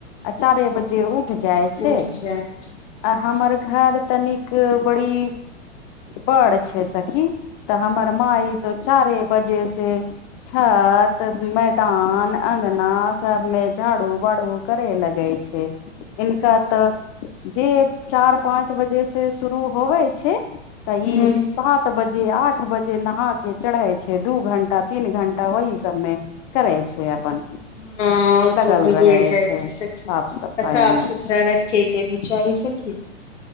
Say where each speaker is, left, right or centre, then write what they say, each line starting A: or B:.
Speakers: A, on the left; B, on the left.
A: आ चारे बजे उ उठ जाय छै
B: उठ जाइ छै।
A: आ हमर घर तनिक बड़ी बड़ छै सखी तऽ हमर माई तो चारे बजे से छत तऽ मैदान अंगना सब मे झाड़ू बाड़ू करे लगे छै इनका तऽ जे चार पाँच बजे से शुरू होबै छै तऽ
B: हूँ
A: ई सात बजे आठ बजे नहा के चढ़े छै दू घंटा तीन घण्टा ओह सबमे करै छै अपन
B: हँ
A: लगल
B: तऽ उ होए
A: रहै
B: जाइ छै सखी
A: साफ सफाई
B: साफ
A: मे
B: सुथरा रख के भी चााही सकी